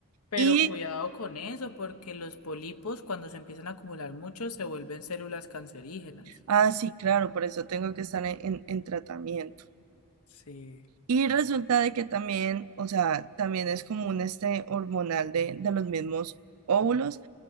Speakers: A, on the left; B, on the right.
A: Pero
B: Y,
A: cuidado con eso, porque los pólipos, cuando se empiezan a acumular mucho, se vuelven células cancerígenas.
B: ah, sí, claro, por eso tengo que estar en, en en tratamiento.
A: Sí.
B: Y resulta de que también, o sea, también es como un este hormonal de, de los mismos óvulos,